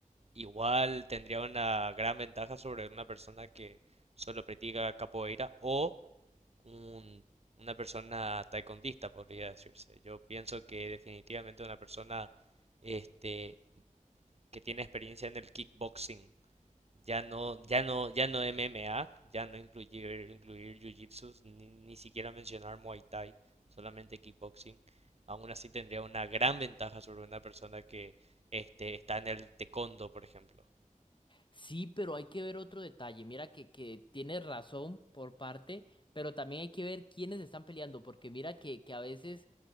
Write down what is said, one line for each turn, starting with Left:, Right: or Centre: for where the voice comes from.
Right: igual tendría una gran ventaja sobre una persona que solo practica capoeira o un- una persona taekwondista, podría decirse. Yo pienso que definitivamente una persona este, que tiene experiencia en el kickboxing ya no, ya no, ya no MMA, ya no incluir, incluir Jiu-Jitsu, ni, ni siquiera mencionar Muay Thai, solamente kickboxing. Aún así tendría una gran ventaja sobre una persona que este, está en el taekwondo, por ejemplo.
Left: Sí, pero hay que ver otro detalle. Mira que, que tienes razón por parte, pero también hay que ver quiénes están peleando, porque mira que, que a veces